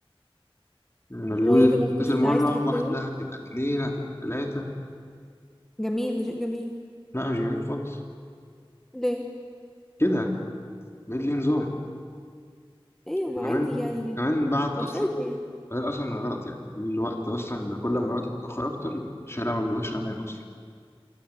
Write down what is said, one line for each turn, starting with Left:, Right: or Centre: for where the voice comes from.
Left: إن الرولز
Centre: هو لون
Left: اللي
Centre: دمشق
Left: بتتكسر
Centre: انت
Left: مرة
Centre: عايز تحط
Left: واحدة
Centre: لون
Left: هتبقى اتنين هتبقى تلاتة
Centre: جميل ده شيء جميل
Left: لا مش جميل خالص
Centre: ليه
Left: كده بقيت ليه نظام
Centre: ايوه ما
Left: وكمان
Centre: عادي يعني
Left: وكمان بعد أصلا
Centre: يخلق يعني
Left: بعدين أصلا غلط يعني الوقت أصلا كل ما الوقت بيتأخر أكتر الشارع ما بيبقاش أمان أصلا